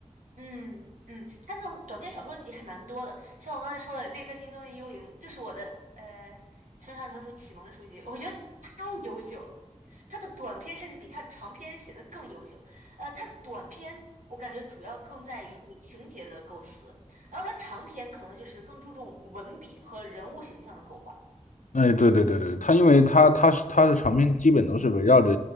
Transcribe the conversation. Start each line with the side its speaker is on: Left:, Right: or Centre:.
Right: 嗯嗯，它这种短篇小说集还蛮多的，像我刚才说的《列克星踪的幽灵》，就是我的呃村上春树启蒙书籍，我觉得太优秀了。他的短篇甚至比他的长篇写的更优秀。呃，他的短篇我感觉主要更在于这个情节的构思，然后他长篇可能就是更注重文笔和人物形象的勾画。
Left: 哎，对对对对，他因为他他是他的长篇基本都是围绕着